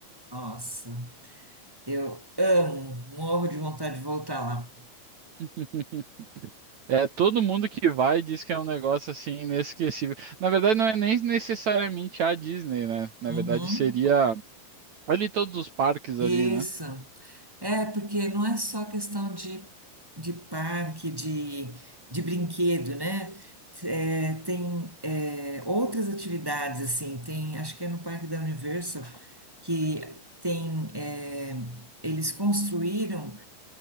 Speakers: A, in the centre; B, on the right.
A: nossa, eu amo, morro de vontade de voltar lá.
B: <laughs> É, todo mundo que vai diz que é um negócio assim inesquecível. Na verdade, não é nem necessariamente a Disney, né? Na
A: Uhum.
B: verdade, seria ali todos os parques
A: Isso.
B: ali, né?
A: É, porque não é só questão de, de parque, de, de brinquedo, né? É, tem é, outras atividades, assim, tem, acho que é no Parque da Universal que tem, é, eles construíram